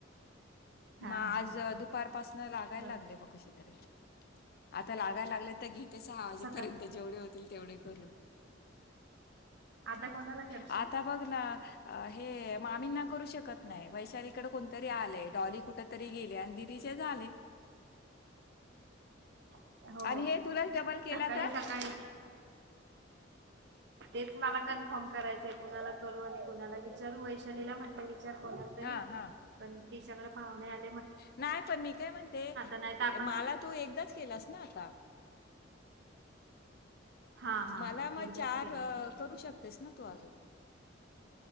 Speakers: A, on the left; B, on the right.
A: मग
B: हा
A: आज
B: हा
A: दुपारपासन लागायला
B: बर
A: लागले, ब कशे तरी आता लागायला लागले तर, घेते सहा वाजेपर्यंत
B: सकाळ
A: जेवढे हो तेवढे करून.
B: आता कोणाला करशील
A: आता बघ ना हे मामींना करू शकत नाही वैशाली कडे कोण तरी आलंय डॉली कुठं तरी गेले आणि दिदीचे झाले.
B: हो,
A: आणि हे तुलाच डबल केला
B: सकाळी
A: तर?
B: सकाळी तेच मला क फोन करायचाय कुणाला करू आणि कुणाला विचारू वैशालीला म्ह? विचार कोणाला तरी
A: हां हां.
B: पण तिच्याकडे पाहूने आल
A: नाही पण मी काय म्हणते, ये
B: नाही तर आपण
A: माला तू एकदाच केलास ना आता?
B: हा हा
A: मला मग
B: एकदाच
A: चार
B: केलाय
A: करू शकतेस ना तू आजून?